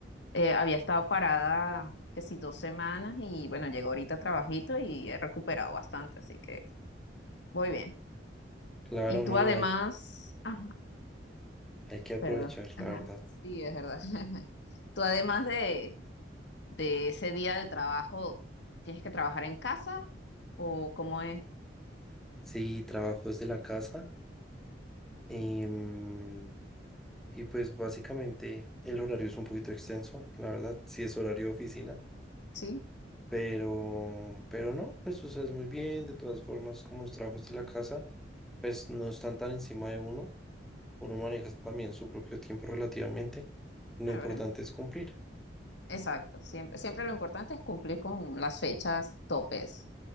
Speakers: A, on the left; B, in the centre.
A: eh, había estado parada que si dos semanas y bueno, llegó ahorita trabajito y he recuperado bastante, así que voy bien.
B: Claro,
A: Y
B: no,
A: tú además,
B: hay,
A: ajá,
B: hay que aprovechar,
A: perdón, ajá,
B: la verdad.
A: sí, es verdad. <laughs> Tú además de, de ese día de trabajo, ¿tienes que trabajar en casa o cómo es?
B: Sí, trabajo desde la casa. y mm, Y pues básicamente el horario es un poquito extenso, la verdad, si es horario de oficina,
A: Sí,
B: pero, pero no, pues o sea, es muy bien, de todas formas, como los trabajos de la casa, pues no están tan encima de uno, uno maneja también su propio tiempo relativamente, lo
A: a
B: importante
A: ver.
B: es cumplir.
A: Exacto, siempre, siempre lo importante es cumplir con las fechas topes